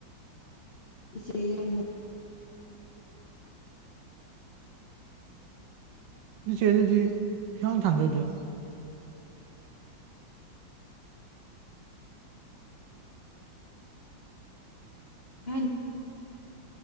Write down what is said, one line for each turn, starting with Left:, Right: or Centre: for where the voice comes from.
Left: ꯏꯆꯦ ꯌꯥꯗ꯭ꯔꯦ
Right: ꯏꯆꯦ ꯑꯗꯨꯗꯤ ꯍꯤꯁꯥꯡ ꯊꯥꯡꯗꯣꯏꯗ꯭ꯔꯣ
Left: ꯍꯥꯏ